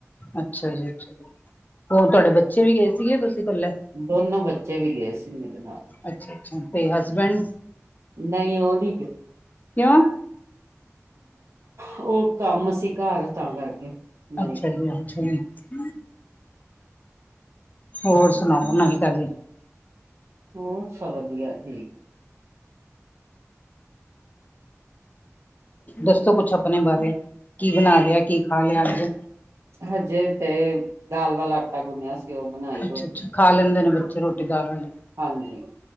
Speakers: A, on the left; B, on the right.
A: ਅੱਛਾ ਜੀ, ਹੋਰ ਤੁਹਾਡੇ ਬੱਚੇ ਬੱਚੇ ਵੀ, ਗਏ ਸੀਗੇ। ਤੁਸੀਂ ਇਕੱਲੇ
B: ਦੋਨੋ, ਬੱਚੇ ਵੀ ਗਏ ਸੀ। ਮੇਰੇ ਨਾਲ।
A: ਅੱਛਾ- ਅੱਛਾ, ਤੇ ਹਸਬੈਂਡ?
B: ਨਹੀਂ, ਓ ਨਹੀ ਗਏ।
A: ਕਿਉਂ?
B: ਉਹ, ਕੰਮ ਸੀਂ ਘਰ, ਤਾਂ ਕਰਕੇ। ਨਹੀਂ
A: ਅੱਛਾ
B: ਗਏ
A: ਜੀ-ਅੱਛਾ ਜੀ, ਹੂੰ। ਹੋਰ, ਸੁਣਾਓ ਨਵੀ ਤਾਜੀ?
B: ਹੋਰ, ਸਭ ਵਧੀਆ ਜੀ।
A: ਦੱਸੋ ਕੁਛ, ਆਪਣੇ ਬਾਰੇ। ਕੀ ਬਣਾ ਲਿਆ, ਕੀ ਖਾ ਲਿਆ। ਅੱਜ
B: ਹਜੇ ਤੇ, ਦਾਲ ਵਾਲਾ, ਆਟਾ ਗੁੰਣਿਆ ਸੀ। ਉਹ ਬਣਾਈ
A: ਅੱਛਾ
B: ਰੋਟੀ।
A: ਅੱਛਾ ਖਾ ਲੈਂਦੇ ਨੇ ਬੱਚੇ, ਰੋਟੀ ਦਾਲ ਵਾਲੀ।
B: ਹਾਂਜੀ।